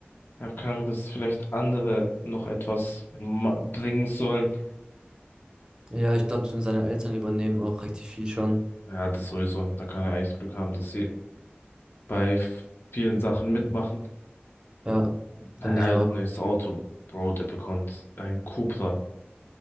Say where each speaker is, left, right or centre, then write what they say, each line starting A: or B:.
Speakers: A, on the left; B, on the right.
A: Ja, keine Ahnung, dass vielleicht andere noch etwas ma- bringen sollen.
B: Ja, ich glaube, seine Eltern übernehmen auch richtig viel schon.
A: Ja, das sowieso. Da kann er echt Glück haben, dass sie bei f- vielen Sachen mitmachen.
B: Ja,
A: Naja,
B: finde ich auch.
A: neues Auto, Bro, der bekommt ein Cupra.